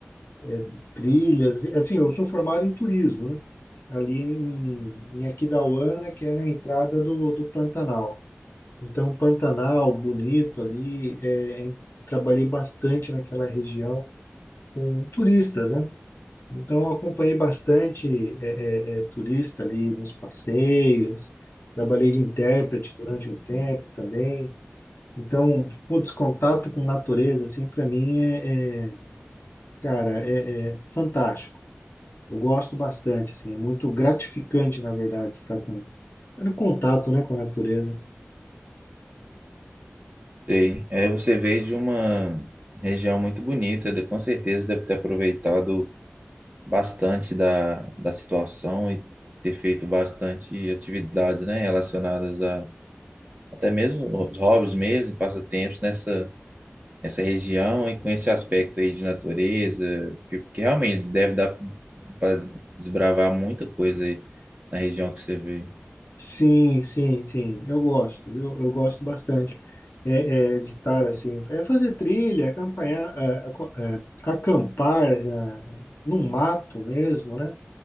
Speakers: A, on the left; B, on the right.
A: é, trilhas. Assim, eu sou formado em turismo, né? Ali em, em Aquidauana, que é na entrada do, do Pantanal. Então, Pantanal, bonito ali, é, trabalhei bastante naquela região com turistas, né? Então, eu acompanhei bastante é, é, é, turista ali nos passeios, trabalhei de intérprete durante um tempo também. Então, putz, contato com natureza, assim, para mim é, é, cara, é é fantástico. Eu gosto bastante, assim, é muito gratificante, na verdade, estar com, estar em contato, né, com a natureza.
B: Sei. É, você veio de uma região muito bonita, de- com certeza deve ter aproveitado bastante da, da situação e ter feito bastante atividades, né, relacionadas a até mesmo os hobbies mesmo, passatempos nessa, nessa região e com esse aspecto aí de natureza, que, que realmente deve dar para desbravar muita coisa aí na região que você veio.
A: Sim, sim, sim, eu gosto, eu, eu gosto bastante é, é, de estar, assim, é fazer trilha, acampanhar, é, aco- é, acampar é, no mato mesmo, né?